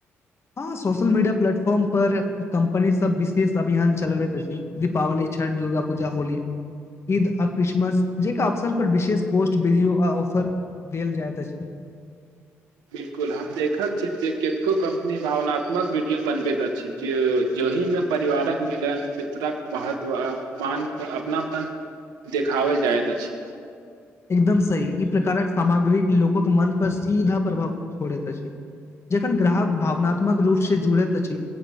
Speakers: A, on the left; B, on the right.
A: हँ सोशल मीडिया प्लेटफॉर्म पर कम्पनी सब विशेष अभियान चलबैत अछ दीपावली छठ दुर्गा पूजा होल ईद आ क्रिसमस जेक अवसर पर विशेष पोस्ट बिडियो आ ऑफ देल जायत अछ
B: बिल्कुल हम देखैत छी जे कतको कम्पनी भावनात्मक विडियो बनबैत अछ ज ज्योहि मे परिवारक मिलन मित्रक महत्व अपमान अपनाप देखावल जायत अछ
A: एकदम सही ई प्रकारक सामग्री लोक के मन पर सीधा प्रभाव छोड़ैत अछ जखन ग्राहक भावनात्मक रूप से जुड़ैत अछि